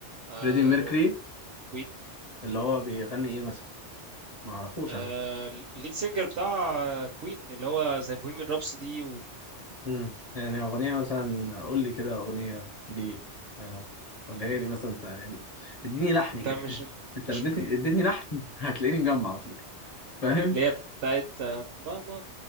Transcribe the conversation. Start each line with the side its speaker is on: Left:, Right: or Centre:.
Right: آه،
Left: فريدي ميركوري
Right: اللي هو كوين
Left: اللي هو بيغني ايه مثلا ما اعرفوش
Right: آه،
Left: انا
Right: الليد سينجر بتاع كوين اللي هو زي بوهيميان رابسودي
Left: امم يعني اغنيه مثلا قول لي كده اغنيه دي آه، ولا هي دي مثلا يعني اديني لحن
Right: انت
Left: كده
Right: مش
Left: <laughs> انت
Right: مش
Left: لو اديتني اديتني لحن هتلاقيني مجمع على طول فاهم
Right: اللي هي بتاعت ماما